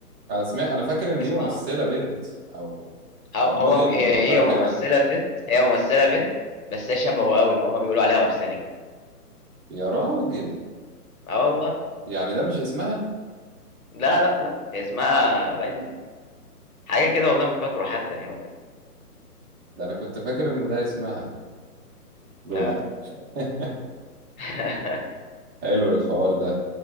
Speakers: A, on the right (about 40°); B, on the left (about 60°).
A: انا سمعت انا فاكر ان دي
B: اسمها
A: ممثلة بنت او
B: هو
A: او
B: هو-
A: موديل
B: هي
A: او حاجة
B: هي ممثلة
A: كده
B: بنت هي ممثلة بنت بس هي شبهه قوي فهم بيقولوا عليها أرسنك
A: يا راجل
B: اه والله
A: يعني ده مش اسمها
B: لا لا لا هي اسمها باين حاجة كده والله ما فاكره حتى يعني
A: ده انا كنت فاكر ان ده اسمها لول
B: لا لا
A: <laughs>
B: <laughs>
A: حلو الحوار ده